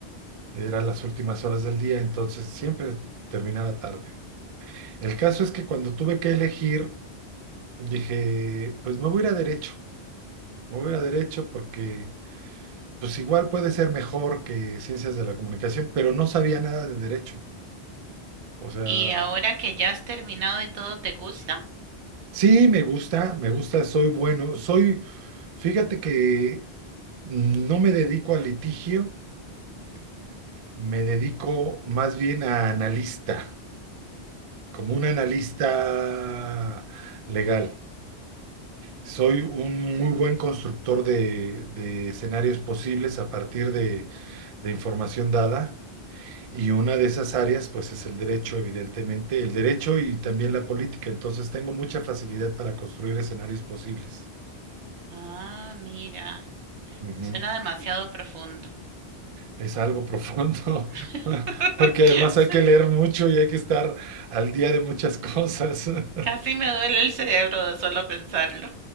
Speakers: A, on the right; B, on the right.
A: Eran las últimas horas del día, entonces siempre terminaba tarde. El caso es que cuando tuve que elegir, dije, pues me voy a ir a derecho, me voy a ir a derecho porque pues igual puede ser mejor que ciencias de la comunicación, pero no sabía nada de derecho. O sea,
B: ¿Y ahora que ya has terminado y todo te gusta?
A: sí, me gusta, me gusta, soy bueno, soy, fíjate que no me dedico al litigio,
B: Ujú.
A: me dedico más bien a analista, como un analista legal. Soy un muy buen constructor de, de escenarios posibles a partir de, de información dada y una de esas áreas pues es el derecho, evidentemente, el derecho y también la política. Entonces tengo mucha facilidad para construir escenarios posibles.
B: Ah, mira,
A: Ujú.
B: suena demasiado profundo.
A: Es algo profundo
B: <laughs>
A: <laughs> porque además hay que leer mucho y hay que estar al día de muchas cosas. <laughs>
B: Casi me duele el cerebro de solo pensarlo.